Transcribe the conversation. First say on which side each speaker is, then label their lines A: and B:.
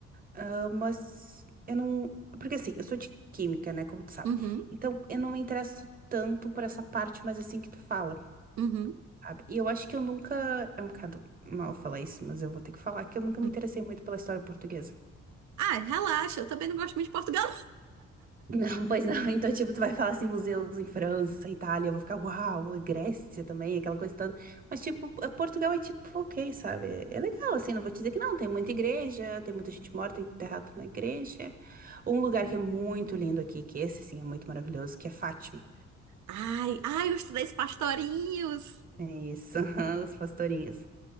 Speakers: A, on the right; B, on the right.
A: Ah, mas eu não. Porque assim, eu sou de química, né? Como tu sabe.
B: Uhum,
A: Então, eu não me interesso tanto por essa parte, mas assim que tu fala,
B: uhum.
A: sabe? E eu acho que eu nunca. É um bocado mal falar isso, mas eu vou ter que falar que eu nunca
B: uhum.
A: me interessei muito pela história portuguesa.
B: Ai, relaxa, eu também não gosto muito de Portugal.
A: Não, pois não. <laughs> Então, tipo, tu vai falar assim, museus em França, Itália, eu vou ficar, uau, e Grécia também, aquela coisa toda. Mas, tipo, eh, Portugal é tipo, ok, sabe? É legal, assim, não vou te dizer que não. Tem muita igreja, tem muita gente morta enterrada na igreja. Um lugar que é muito lindo aqui, que esse, sim, é muito maravilhoso, que é Fátima.
B: <laughs> Ai, ai, os três pastorinhos.
A: É isso, <laughs> os pastorinhos.